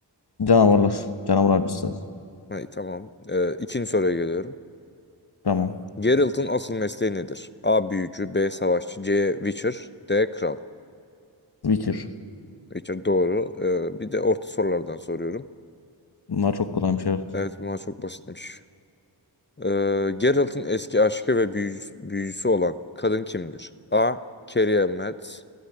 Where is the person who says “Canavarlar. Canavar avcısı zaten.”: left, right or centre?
Left